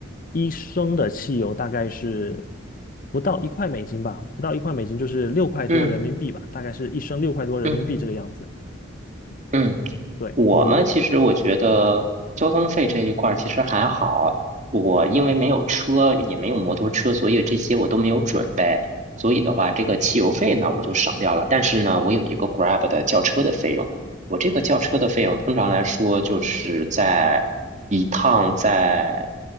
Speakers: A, on the left; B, on the right.
A: 一升的汽油大概是不到一块美金吧，不到一块美金就是六块多人民币吧，
B: 嗯
A: 大概是一升六块多人民币这个样子。
B: 嗯嗯。
A: 对，
B: 我们其实我觉得交通费这一块儿其实还好，
A: 你们呢？
B: 我因为没有车，也没有摩托车，所以这些我都没有准备。所以的话，这个汽油费呢我就省掉了。但是呢，我有一个 Grab 的叫车的费用，我这个叫车的费用通常来说就是在一趟在